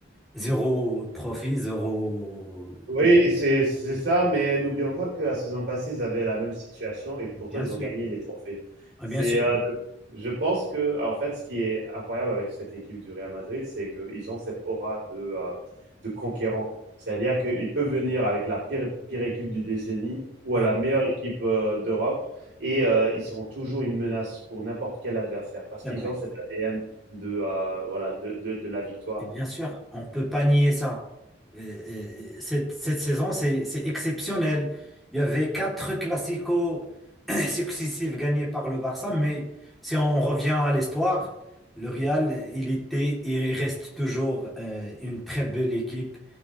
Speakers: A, in the centre; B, on the right.
A: zéro trophée, zéro.
B: Oui, c'est c'est ça, mais n'oublions pas que la saison passée, ils avaient la même situation et pourtant
A: Bien
B: ils
A: sûr,
B: ont gagné les trophées.
A: Ah,
B: C'est,
A: bien sûr,
B: heu, je je pense qu'en fait, ce qui est incroyable avec cette équipe du Real Madrid, c'est qu'ils ont cette aura de, heu, de conquérant. C'est-à-dire qu'ils peuvent venir avec la pire pire équipe du décennie ou
A: Ah,
B: à la meilleure
A: oui,
B: équipe, heu, d'Europe et heu, ils seront toujours une menace pour n'importe quel adversaire parce
A: c'est
B: qu'ils
A: vrai.
B: ont cet ADN de, heu, voilà, de de de la victoire.
A: Et bien sûr, on ne peut pas nier ça. Euh, euh, cette, cette saison, c'est c'est exceptionnel. Il y avait quatre classicos <clears throat> successifs gagnés par le Barça, mais si on revient à l'histoire, le Real, il était et il reste toujours euh, une très belle équipe